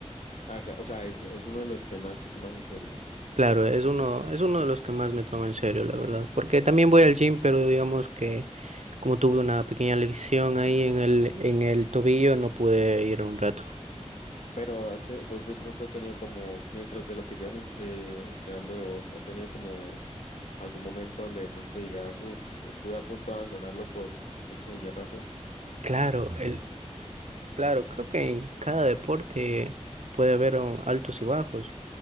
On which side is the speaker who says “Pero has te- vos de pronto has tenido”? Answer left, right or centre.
Left